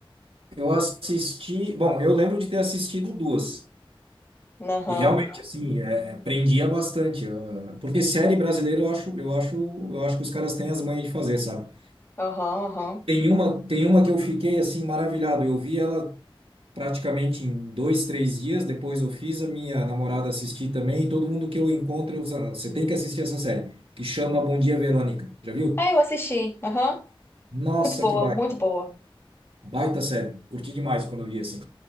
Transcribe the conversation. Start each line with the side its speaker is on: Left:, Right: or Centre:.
Right: Eu assisti, bom, eu lembro de ter assistido duas.
Left: Aham.
Right: E realmente, assim, é, prendia bastante. Eu- porque série brasileira eu acho, eu acho, eu acho que os caras têm as manhas de fazer, sabe?
Left: Aham, aham.
Right: Tem uma, tem uma que eu fiquei assim maravilhado. Eu vi ela praticamente em dois, três dias. Depois eu fiz a minha namorada assistir também. E todo mundo que eu encontro, eu, falo, você tem que assistir essa série, que chama Bom Dia, Verônica. Já viu?
Left: Ah, eu assisti. Aham.
Right: Nossa,
Left: Muito boa,
Right: que baita,
Left: muito boa.
Right: baita série. Curti demais quando eu vi assim.